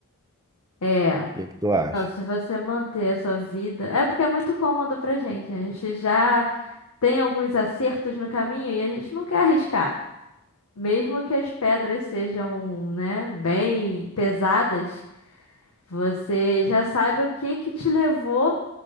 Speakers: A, on the left (about 85°); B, on the right (about 15°).
A: é.
B: que que tu acha?
A: Não, se você manter a sua vida. É porque é muito cômodo pra gente. A gente já tem alguns acertos no caminho e a gente não quer arriscar. Mesmo que as pedras sejam, né, bem pesadas, você já sabe o que que te levou